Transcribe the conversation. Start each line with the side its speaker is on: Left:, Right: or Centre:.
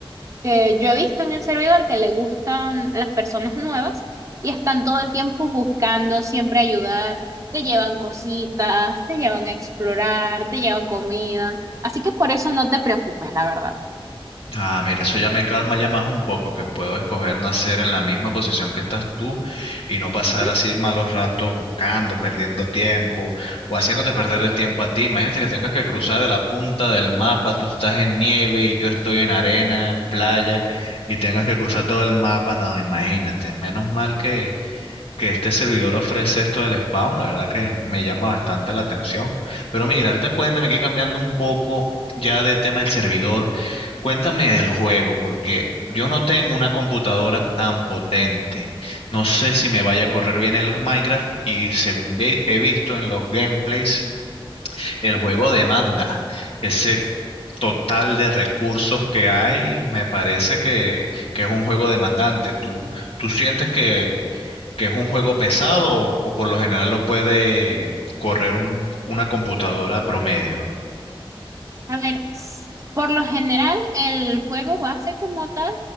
Right: que yo he visto en el servidor, que le gustan las personas nuevas y están todo el tiempo buscando siempre ayudar, te llevan cositas, te llevan a explorar, te llevan comida. Así que por eso no te preocupes, la verdad.
Left: Ah, mira, eso ya me calma ya más un poco, que puedo escoger nacer en la misma posición que estás tú y no pasar
Right: Ujú,
Left: así malos ratos buscando, perdiendo tiempo o haciéndote perder el tiempo a ti. Imagínate que tengas que cruzar de la punta del mapa, tú estás en nieve y yo estoy en arena, en playa y tengas que cruzar todo el mapa. No, imagínate. Menos mal que, que este servidor ofrece esto del spawn, la verdad que me llama bastante la atención. Pero mira, ahorita cuéntame que cambiando un poco ya del tema del servidor, cuéntame del juego, porque yo no tengo una computadora tan potente. No sé si me vaya a correr bien el Minecraft y según ve- he visto en los gameplays, el
Right: ujú.
Left: juego demanda ese total de recursos que hay, me parece que, que es un juego demandante. ¿Tú, tú sientes que, que es un juego pesado o, o por lo general lo puede correr un- una computadora promedio?
Right: A ver, s- por lo general, el juego base como tal,